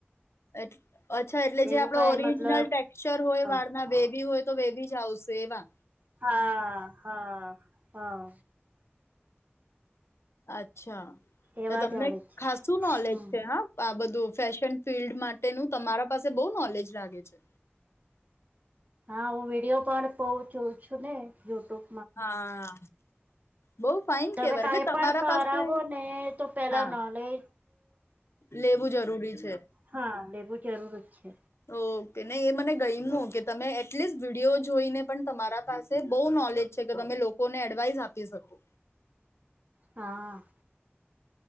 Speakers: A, on the left; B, on the right.
A: એટ. અચ્છા એટલે જે
B: એવું
A: આપડો
B: કઈ
A: ઓરિજનલ
B: મતલબ
A: ટેક્ચર હોય
B: હા
A: વાળના બેેબી હોય. તો બેેબી જ આવશે વા.
B: હા. હા હા.
A: અચ્છા.
B: એવા
A: એ તમને
B: જ આવે છે
A: ખાસું નોલેજ
B: હમ
A: છે હા આ બધું ફેશન ફિલ્ડ મા તેનું તમારા પાસે બઉ નોલેજ લાગે છે.
B: આવો વિડીયો પણ પો જોઉછું ને યુટ્યુબ
A: હા. બહુ ફાઇન
B: તમે
A: કેવાય
B: કાઈ
A: એટલે તમારા
B: પણ કરાવો
A: પાસે
B: ને તો પેલા
A: હા
B: નોલેજ
A: લેવું જરૂરી છે.
B: હાલે બહુ જરૂરજ છે.
A: ઓકે નહી એ મને ગઈમુ કે તમે એટલીસ્ટ વિડીયો જોઈને પણ તમારા પાસે બહુ નોલેજ છે કે તમે લોકોને એડવાઈસ આપી શકો.
B: હા.